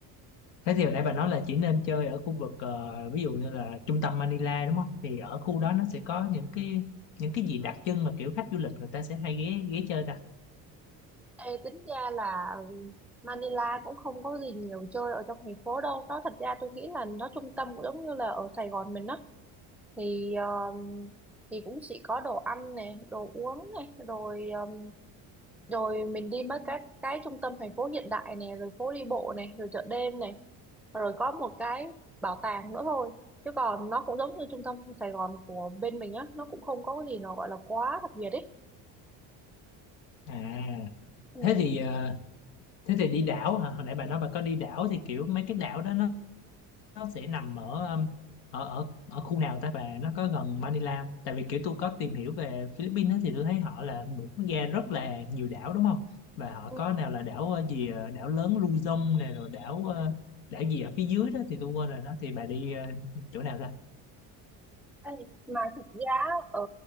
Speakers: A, on the left; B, in the centre.
A: Thế thì hồi nãy bà nói là chỉ nên chơi ở khu vực ờ, ví dụ như là trung tâm Manila đúng không? Thì ở khu đó nó sẽ có những cái những cái gì đặc trưng mà kiểu khách du lịch người ta sẽ hay ghé ghé chơi ta.
B: Ê, tính ra là ừ, Manila cũng không có gì nhiều chơi ở trong thành phố đâu nó thật ra tôi nghĩ là nó trung tâm cũng giống như là ở Sài Gòn mình á thì um, thì cũng sẽ có đồ ăn này đồ uống này rồi um, rồi mình đi mấy cái cái trung tâm thành phố hiện đại này rồi phố đi bộ này rồi chợ đêm này rồi có một cái bảo tàng nữa thôi chứ còn nó cũng giống như trung tâm Sài Gòn của bên mình á nó cũng không có cái gì nó gọi là quá đặc biệt ấy
A: À,
B: ừ.
A: thế thì ờ, thế thì đi đảo hả? Hồi nãy bà nói bà có đi đảo thì kiểu mấy cái đảo đó nó nó sẽ nằm ở um, ở ở ở khu nào ta và nó có gần Manila không? tại vì kiểu tôi có tìm hiểu về Philippines á, thì tôi thấy họ là một quốc gia rất là nhiều đảo đúng không và họ
B: Ừ.
A: có nào là đảo ờ, gì ờ, đảo lớn Luzon này rồi đảo ờ, đảo gì ở phía dưới đó thì tôi quên rồi đó thì bà đi ờ, chỗ nào ra
B: Ê, mà thực ra ở